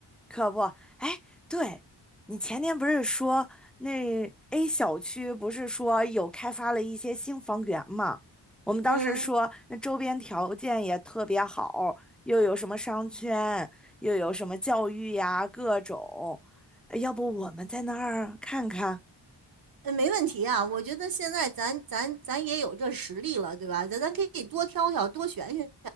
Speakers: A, in the centre; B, on the right.
A: 可不，哎，对，你前天不是说那 A 小区不是说有开发了一些新房源嘛？我们当时说那周边条件也特别好，
B: 嗯。
A: 又有什么商圈，又有什么教育呀，各种，呃要不我们在那儿看看？
B: 嗯，没问题啊，我觉得现在咱咱咱也有这实力了，对吧？咱咱可以多挑挑，多选选。